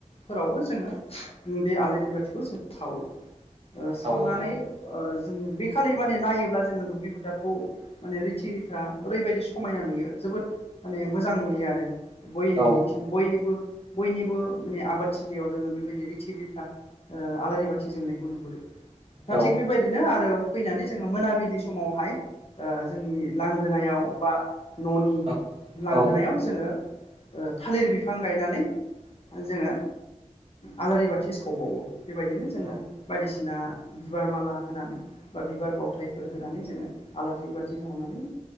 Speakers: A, on the left (about 50°); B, on the right (about 50°).
A: फोरावबो जोङो बे आलारि बाथिखौ जों सावो सावनानै
B: सावो औ
A: जों बे खालि माने नायोब्ला जोङो दुब्लि फोथारखौ माने रिथि रिथा ओरैबायदि समायना नुयो जोबोद माने मोजां नुयो आरो बय
B: सावो औ
A: बयबो बयनिबो माने आबादथिलियाव जोङो बेबायदि रिथि रिथा आलारि बाथि जोंनायखौ नुहुरो दा
B: औ
A: थिग बेबायदिनो आरो फैनानै जोङो मोनाबिलि समावहाय जोंनि लांगोनायाव बा न'नि
B: औ
A: लांगोनायाव
B: औ
A: जोङो थालिर बिफां गायनानै जोङो आलारि बाथि सावबावो बेबायदिनो जोङो
B: औ
A: बायदिसिना बिबार माला होनानै बा बिबार बावथायफोर होनानै जोङो आलारि बाथि सावनानै